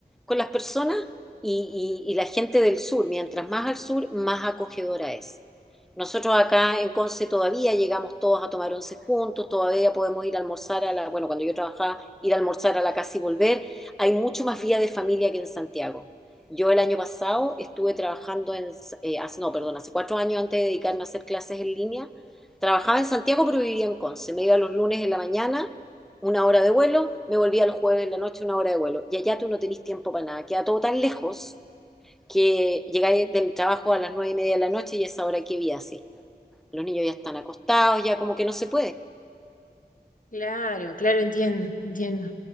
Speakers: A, in the centre; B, on the left.
A: con las personas y, y- y la gente del sur, mientras más al sur, más acogedora es. Nosotros acá en Conce todavía llegamos todos a tomar once juntos, todavía podemos ir a almorzar a la, bueno, cuando yo trabajaba, ir a almorzar a la casa y volver. Hay mucho más vida de familia que en Santiago. Yo el año pasado estuve trabajando en, eh, hace- no, perdón, hace cuatro años antes de dedicarme a hacer clases en línea, trabajaba en Santiago pero vivía en Conce. Me iba los lunes en la mañana, una hora de vuelo, me volvía los jueves en la noche, una hora de vuelo. Y allá tú no tenés tiempo para nada, queda todo tan lejos que llegáis del trabajo a las nueve y media de la noche y es ahora que vi así. Los niños ya están acostados, ya como que no se puede.
B: Claro, claro, entiendo, entiendo.